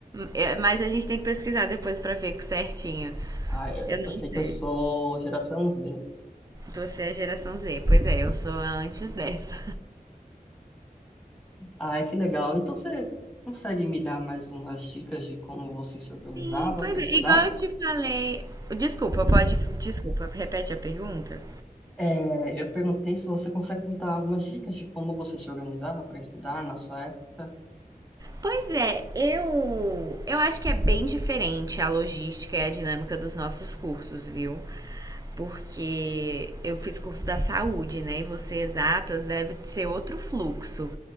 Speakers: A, on the right; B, in the centre.
A: É, Mas a gente tem que pesquisar depois pra ver certinho.
B: Ah, eu
A: Eu não
B: eu sei
A: sei.
B: que eu sou geração Z.
A: Você é geração Z. Pois é, eu sou a antes dessa.
B: Ah, que legal. Então você consegue me dar mais umas dicas de como você se organizava
A: Sim, pois
B: para
A: é.
B: estudar?
A: Igual eu te falei. Desculpa, pode. Desculpa, repete a pergunta.
B: É, eu perguntei se você consegue me dar algumas dicas de como você se organizava para estudar na sua época.
A: Pois é, eu eu acho que é bem diferente a logística e a dinâmica dos nossos cursos, viu? Porque eu fiz curso da saúde, né? E você exatas deve ser outro fluxo.